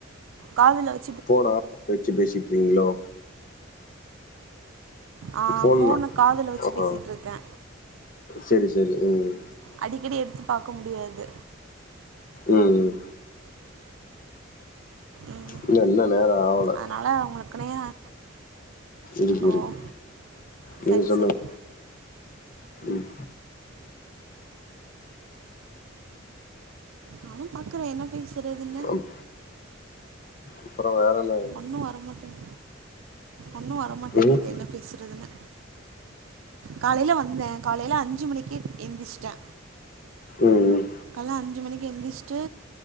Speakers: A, on the right; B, on the left.
A: காதுல வ
B: போன ஆஃப் பண்ணி வச்சு பேசிட்ருக்கிங்ளோ
A: ஆ
B: ஃபோன்
A: போன காதுல வச்சு
B: ஆமா.
A: பேசிட்ருக்கே
B: சரி சரி ம்
A: அடிக்கடி எடுத்து பாக்க முடியாது
B: ம் ம்
A: ம்
B: இல்ல இன்ன நேரோ ஆவல
A: அதனால உங்களுக்கு நேரோ
B: இருக்கு
A: ஓ
B: இருக் நீங்க
A: சரி
B: சொல்லுங்க
A: சரி
B: ம்.
A: நானு பாக்குறே என்ன பேசுறதுன்னு
B: அப் அப்புறம் வேற என்ன?
A: ஒண்ணு வரமாட்டேங் ஒன்னும் வரமாட்டேங்குது
B: ம்,
A: என்ன பேச ட்டுதுன்னு காலையில வந்தே காலையில அஞ்சு மணிக்கு எந்திரிச்சுட்டே
B: ம்,
A: கால்ல அஞ்சு மணிக்கு எழுந்திச்சிட்டு